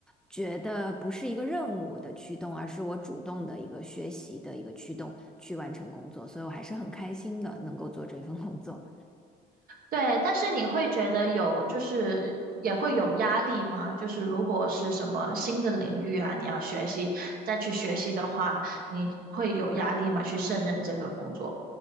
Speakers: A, in the centre; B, on the right.
A: 觉得不是一个任务的驱动，而是我主动的一个学习的一个驱动去完成工作，所以我还是很开心的能够做这份工作。
B: 对。但是你会觉得有就是也会有压力吗？就是如果是什么新的领域啊，你要学习再去学习的话，你会有压力吗？去胜任这个工作？